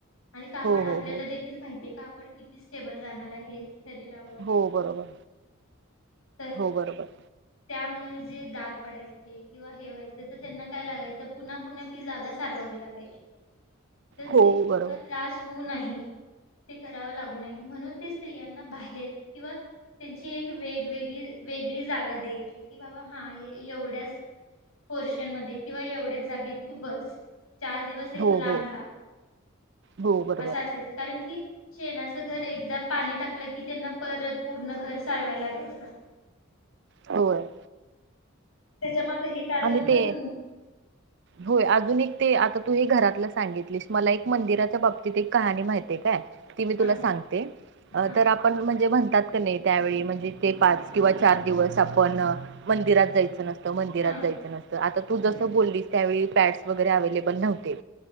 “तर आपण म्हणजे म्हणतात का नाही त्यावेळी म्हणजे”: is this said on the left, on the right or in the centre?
Right